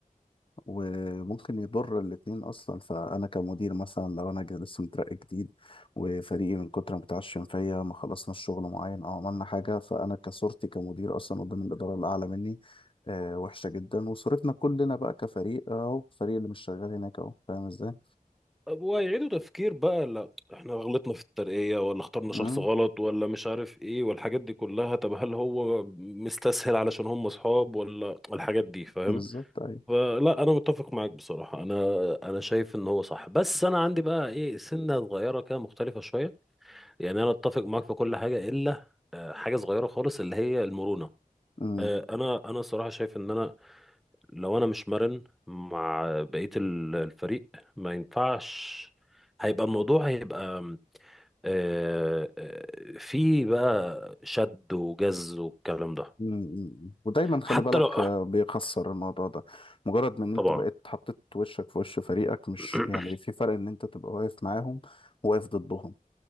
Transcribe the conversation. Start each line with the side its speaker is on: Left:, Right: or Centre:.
Left: وممكن يضر الاتنين اصلا فانا كمدير مثلا لو انا جا- لسه مترقي جديد وفريقي من كتر ما بيتعشم فيا ما خلصنا الشغل معين او عملنا حاجه فانا كصورتي كمدير اصلا قدام الاداره الاعلى مني آه وحشه جدا وصورتنا كلنا بقى كفريق اهو الفريق اللي مش شغال هناك اهو فاهم ازاي؟
Centre: طب وهيعيدوا تفكير بقى لا احنا غلطنا في الترقية ولا اخترنا
Left: امم
Centre: شخص غلط ولا مش عارف ايه والحاجات دي كلها طب هل هو مستسهل علشان هم اصحاب ولا الحاجات دي فاهم
Left: بالظبط ايوه
Centre: فلا انا متفق معاك بصراحة انا انا شايف ان هو صح بس انا عندي بقى ايه سنة صغيرة كده مختلفة شوية يعني انا اتفق معاك في كل حاجة الا آه، حاجة صغيرة خالص اللي هي المرونة
Left: امم
Centre: آه، انا انا صراحة شايف ان انا لو انا مش مرن مع بقية ال- الفريق ما ينفعش هيبقى الموضوع هيبقى آه، آه، في بقى شد وجز والكلام ده
Left: مم. مم. ودايما خلي
Centre: حتى
Left: بالك
Centre: لو
Left: آه، بيخسر الموضوع ده مجرد من ان انت
Centre: طبعا
Left: بقيت حطيت وشك في وش فريقك مش
Centre: <clears throat>
Left: يعني في فرق ان انت تبقى واقف معاهم وواقف ضدهم